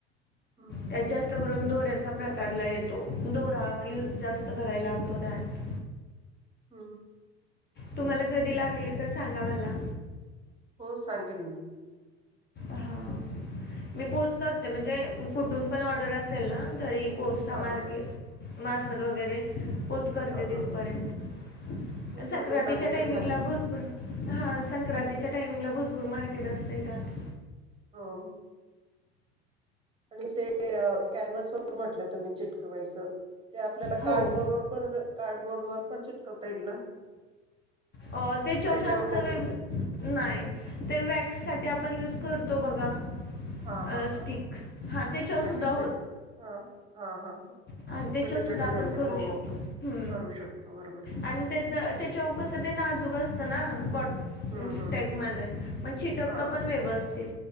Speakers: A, on the right (about 15°); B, on the left (about 30°).
A: हं,
B: त्यात जास्त करू न दोऱ्या प्रकारला लय येतो दोरा युज जास्त कराला लागतो त्यात.
A: हम.
B: तुम्हाला कधी लागले तर सांगा मला.
A: हो सांगेल ना
B: हां मी पोझ करते म्हणजे कुठून पण ऑर्डर असेल ना तरी पोस्टा
A: हां.
B: मार्गे मार्फत वगैरे पोच करते
A: हां,
B: तिथपर्यंत
A: हां. हो चालेल
B: संक्रांतीच्या
A: लागले
B: टायमिंगला
A: तर सांगते.
B: भरपूर हा संक्रांतीच्या टायमिंगला
A: हां.
B: भरपूर मार्केट असतय त्यात
A: हो आणि ते कॅनवस वर म्हटलं तुम्ही चिटकवायचं ते आपल्याला
B: हो
A: कार्डबोर्ड वर पण कार्डबोर्ड वर पण चिटकवता येईल ना?
B: अ तेच्यावर
A: का त्याच्यावर
B: जास्त
A: नाही चिटकत
B: वे नाही ते वॅक्स साठी ते आपण युज करतो बघा
A: हा,
B: अ,
A: हा,
B: स्टिक
A: हा,
B: हां ते चवसुद्धा
A: व्याग् स्ट्रिकस हा, हा, हा, हा
B: हा त्याच्यावर
A: छोटे
B: सुद्धा
A: छोटे
B: आपण
A: ज्वेलरी
B: करू
A: हो
B: शकतो हू
A: करू शकतो बरोबर आहे.
B: आणि ते च्या तेच्यावर कसं ते नाजूक असतं ना कॉट
A: हम्म
B: स्टेप
A: हम्म
B: मध्ये मग चिटकत
A: हा
B: पण व्यवस्थित